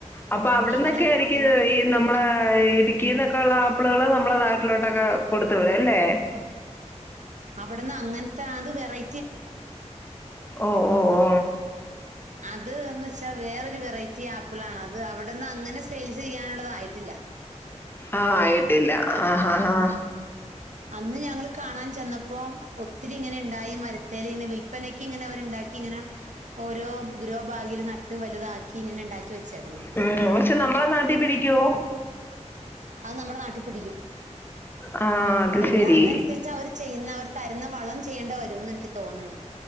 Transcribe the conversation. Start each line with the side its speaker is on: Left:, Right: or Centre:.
Left: അപ്പൊ അവിടന്നൊക്കെ
Right: അങ്ങനെ ഒത്തിരി
Left: <unintelligible> ഇത് നമ്മളെ ഇടുക്കിന്നൊക്കെ ഉള്ള ആപ്പിളുകള് നമ്മളെ നാട്ടിലോട്ടൊക്കെ കൊടുത്തു വിടു അല്ലേ
Right: അവിടുന്ന് അങ്ങനത്തെത് അത് വെറൈ
Left: ഓ ഓ ഓ
Right: അത് എന്ന് വെച്ചാ വേറരു വെറൈറ്റി ആപ്പിൾ ആണ് അത് അവിടന്ന് അങ്ങനെ സെയിൽ ചെയ്യാനുള്ളതായിട്ടില്ല.
Left: ആഹ ആയിട്ടില്ല ആ ഹ ഹ
Right: അന്ന് ഞങ്ങള് കാണാൻ ചെന്നപ്പോ ഒത്തിരി ഇങ്ങനെ ഉണ്ടായി മരത്തൽ ഇെ വിൽപ്പനക്ക് ഇങ്ങനെ അവരുണ്ടാക്കി ഇങ്ങനെ ഓരോ <unintelligible> നട്ട് വലുതാക്കി ഇങ്ങനെ ഉണ്ടാക്കി വെച്ചേക്കണം
Left: ഉം. പക്ഷെ നമ്മളെ നാട്ടിൽ പിടിക്കുവോ
Right: അത് നമ്മുടെ നാട്ടിൽ പിടിക്കും.
Left: ആഹ് അത്
Right: പിന്നെ
Left: ശരി.
Right: അതനുസരിച്ച് അവർ ചെയ്യുന്ന അവർ തരുന്ന വളം ചെയ്യേണ്ട വരുംന്ന് എനിക്ക് തോന്നുന്നു